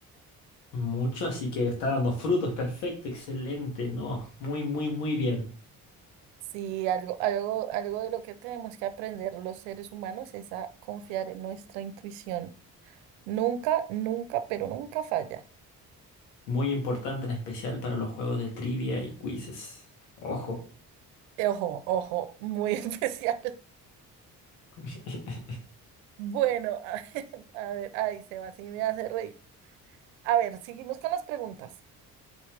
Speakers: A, on the left; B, on the right.
A: mucho, así que está dando frutos. Perfecto, excelente, no. Muy, muy, muy bien.
B: Sí, algo, algo, algo de lo que tenemos que aprender los seres humanos es a confiar en nuestra intuición. Nunca, nunca, pero nunca falla.
A: Muy importante en especial para los juegos de trivia y quizzes. Ojo.
B: Ojo, ojo, muy <laughs> especial.
A: <laughs>
B: Bueno, <laughs> a ver, a ver, ay, Seba, sí me hace reír. A ver, seguimos con las preguntas.